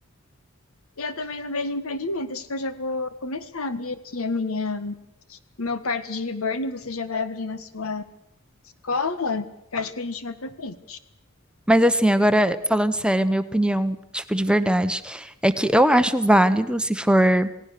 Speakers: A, on the left (about 80°); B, in the centre.
A: Eu também não vejo impedimento. Acho que eu já vou começar a abrir aqui a minha, o meu parte de reborn. Você já vai abrir na sua escola. Eu acho que a gente vai pra frente.
B: Mas assim, agora, falando sério, a minha opinião, tipo, de verdade, é que eu acho válido se for.